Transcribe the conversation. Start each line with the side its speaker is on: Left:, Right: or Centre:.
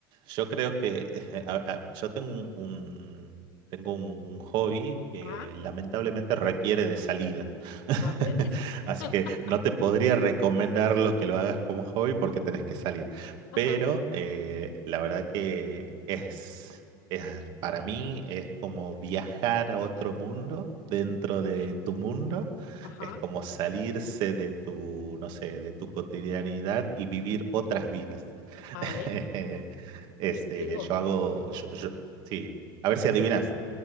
Right: Yo creo que <laughs> a- a- yo tengo un, tengo un, un hobby que
Left: Ah,
Right: lamentablemente requiere de salida. <laughs>
Left: a ver.
Right: Así
Left: <laughs>
Right: que no te podría recomendar lo que lo hagas como hobby porque tenés que salir.
Left: Ajá,
Right: Pero eh, la verdad que es, es, para mí es como viajar a otro mundo. dentro de
Left: sí,
Right: tu mundo,
Left: ajá,
Right: es como salirse de tu, no sé, de tu cotidianidad y vivir otras vidas.
Left: a
Right: <laughs>
Left: ver,
Right: Es,
Left: me
Right: eh,
Left: digo,
Right: yo hago, yo- yo- sí, a ver si adivinas.